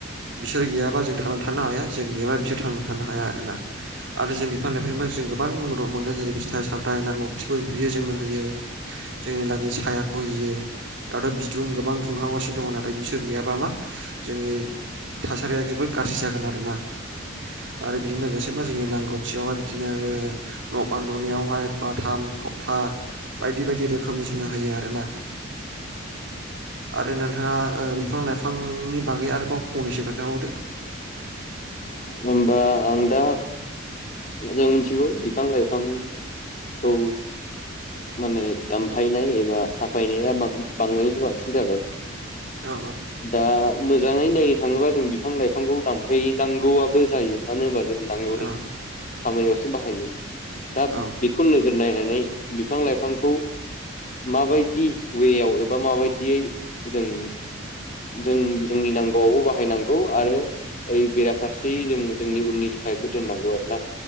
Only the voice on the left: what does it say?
होमबा आं दा जों मिथिगौ बिफां लाइफांखौ माने दानफायनाय एबा हाफायनाया बां बांनिफ्राय बांसिन जाबाय
दा मोजाङै नायो थाङोबा जों बिफां लाइफांखौ दानफैनांगौआबो जायो मानो होनबा जों नांगौनि
खामानियावसो बाहायो दा
बेखौ नोजोर नायनानै बिफां लाइफांखौ माबायदि वेयाव एबा माबायदियै जों जों जोंनि नांगौआव बाहायनांगौ आरो ओइ बेराफारसे जों जोंनि उननि था खायबो दोननांगौ आरोोना